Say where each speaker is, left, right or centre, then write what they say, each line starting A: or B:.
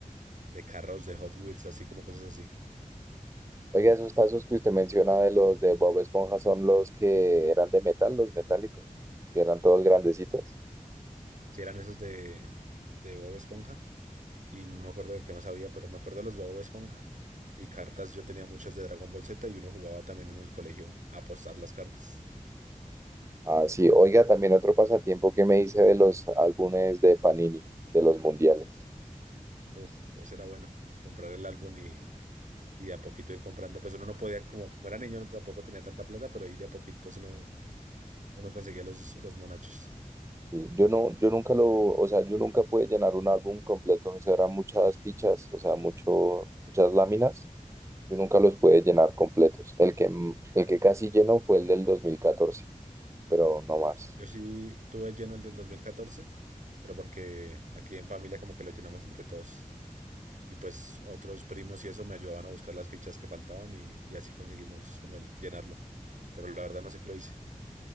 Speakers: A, on the right (about 65°); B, on the right (about 20°).
A: de carros, de Hot Wheels, así como cosas así.
B: Oiga, esos tazos que usted menciona de los de Bob Esponja son los que eran de metal, los metálicos, que eran todos grandecitos.
A: Si eran esos de, de Bob Esponja. Y no me acuerdo de qué más había, pero me acuerdo de los de Bob Esponja. Y cartas, yo tenía muchas de Dragon Ball Z y uno jugaba también en el colegio a apostar las cartas.
B: Ah, sí, oiga, también otro pasatiempo que me hice de los álbumes de Panini, de los mundiales.
A: Uf, ese era bueno. Comprar el álbum y y de a poquito ir comprando. Pues uno no podía, como, como era niño, no tampoco tenía tanta plata, pero ahí de a poquitos uno, uno conseguía los, los monachos.
B: Sí, yo no, yo nunca lo, o sea, yo nunca pude llenar un álbum completo, eso eran muchas fichas, o sea, mucho, muchas láminas, yo nunca los pude llenar completos. El que, mm, el que casi llenó fue el del dos mil catorce, pero no más.
A: Yo sí tuve lleno el del 2014 pero porque aquí en familia como que lo llenamos entre todos. Y pues otros primos y eso me ayudaban a buscar las fichas que faltaban y, y así conseguimos como el llenarlo. Pero la verdad no sé qué lo hice.